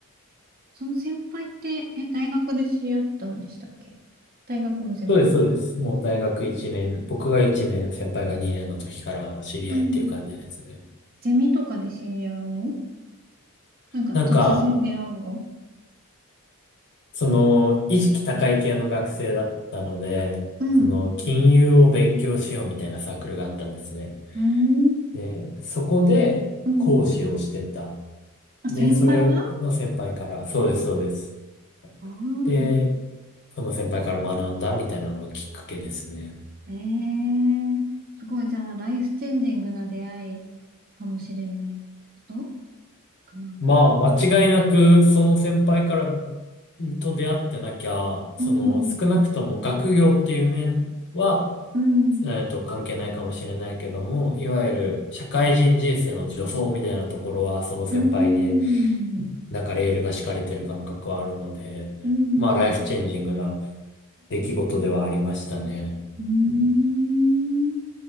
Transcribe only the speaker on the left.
そうです、そうです。もう大学1年、僕が1年、先輩が2年の時からの知り合いっていう感じですね。
なんか、その、意識高い系の学生だったので、
その、
金融を勉強しようみたいなサークルがあったんですね。
で、そこで講師をしてた。
で、
それの先輩から、そうです、そうです。なんかで、
その先輩から学んだみたいなのがきっかけですね。
まあ、間違いなく、その先輩からと出会ってなきゃ、その少なくとも学業っていう面は、
えっと、関係ないかもしれないけども、いわゆる社会人人生の助走みたいなところは、その先輩に
なんかレールが敷かれてる感覚はあるので、
まあライフチェンジングな出来事ではありましたね。
うん、